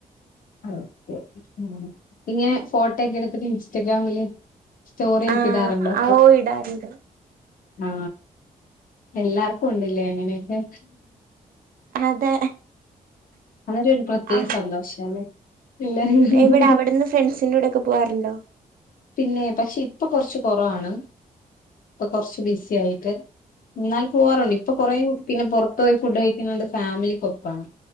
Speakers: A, on the left (about 70°); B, on the right (about 75°).
A: ആ ഓക്കേ ഉം ഇങ്ങനെ ഫോട്ടോക്കെ എടുത്തിട്ട് ഇൻസ്റ്റഗ്രാമില് സ്റ്റോറി
B: ആ
A: ഒക്കെ ഇടാറുണ്ടോ
B: ആ ഓ ഇടാറ്ണ്ട്
A: ആ എല്ലാർക്കു ണ്ട്‌ലെ അങ്ങനെക്കെ
B: അതെ
A: അവരൊരു പ്രത്യേക
B: ആ
A: സന്തോഷാലെ ഹ്
B: ഉം എവിടെ
A: ഹ്
B: അവിടുന്ന് ഫ്രണ്ട്സിന്റെ കൂടെ ഒക്കെ പോവാറുണ്ടോ
A: പിന്നെ പക്ഷേ ഇപ്പൊ കൊർച്ച് കൊറവാണ് ഇപ്പൊ കൊർച്ച് ബിസി ആയിട്ട് എന്നാൽ പോവാറുണ്ട് ഇപ്പൊ കൊറെ പിന്നെ പൊറത്തോയി ഫുഡ് കഴിക്കുന്നത് ഫാമിലിക്കൊപ്പാണ്